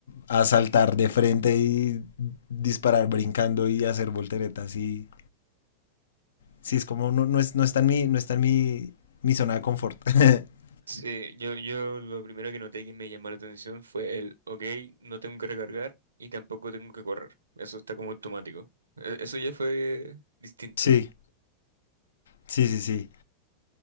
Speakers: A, on the left (about 65°); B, on the right (about 75°).
A: a saltar de frente y disparar brincando y hacer volteretas y sí, es como, no, no, es- no está en mi, no está en mi, mi zona de confort. <laughs>
B: Sí, yo, yo lo primero que noté que me llamó la atención fue el, ok, no tengo que recargar y tampoco tengo que correr. Eso está como automático. E- Eso ya fue distinto,
A: Sí, sí, sí, sí.